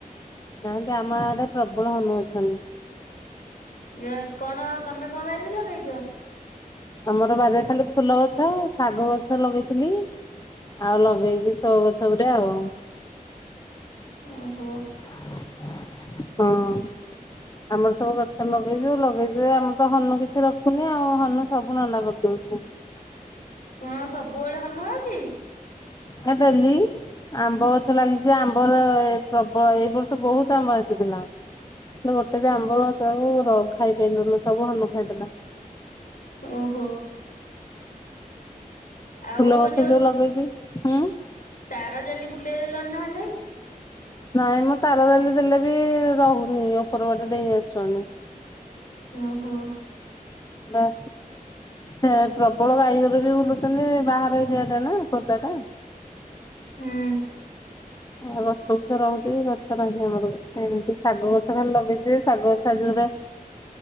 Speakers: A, on the left; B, on the left.
A: ନାହାନ୍ତି ଆମ ଆଡେ ପ୍ରବଳ ହନୁ ଅଛନ୍ତି।
B: ଇଆ କଣ ତମେ କଣ ବାରିରେ ଲଗେଇଚ?
A: ଆମର ବାରିରେ ଖାଲି ଫୁଲଗଛ, ଶାଗଗଛ ଲଗେଇଥିଲି ଆଉ ଲଗେଇଚି ସୋ ଗଛ ଗୁଟେ ଆଉ।
B: ଓହୋ।
A: ହଁ। ଆମର ସବୁ ଗଛ ଲଗେଇଚୁ ଲଗେଇଚୁ ଜେ ଆମର ତ ହନୁ କିଛି ରଖୁନି ଆଉ ହନୁ ସବୁ ନଣ୍ଡା କରିଦଉଚି।
B: ହଁ ସବୁବେଳେ ହନୁ ଆଉଚି?
A: ଆ ଡେଲି। ଆମ୍ବ ଗଛ ଲାଗିଚି ଆମ୍ବର ଏ ପ୍ରବଳ ଏଇ ବର୍ଷ ବହୁତ ଆମ୍ବ ହେଇଥିଲା। ହେଲେ ଗୋଟେ ବି ଆମ୍ବ ସବୁ ଖାଇପାରିଲୁନୁ ସବୁ ହନୁ ଖାଇଦେଲା।
B: ଓହୋ। ଆଉ
A: ଫୁଲ ଗଛ
B: ଯୋଉ
A: ଲଗେଇଛି ହୁଁ।
B: ତାର ଜାଲି ବୁଲେଇ ଦେଲନି ନହେଲେ।
A: ନାଇଁମ ତାର ଜାଲି ଦେଲେ ବି ରହୁନି ଉପରବାଟେ ଡେଇଁ ଆସୁଛନ୍ତି।
B: ଓହୋ।
A: ହାଲୋ। ସେ ପ୍ରବଳ ଗାଇଗୋରୁ ବି ବୁଲୁଚନ୍ତି ବାହାର ଏରିଆ ଟା ନା ଖତା ଟା।
B: ହୁଁ।
A: ଆଉ ଗଛବୁଛ ରହୁଚି କି ଗଛ ନାହିଁ ଆମର। ଏମିତି ଶାଗ ଗଛ ଖାଲି ଲଗେଇଚି ଯେ ଶାଗ ଗଛ ଯୋଉରା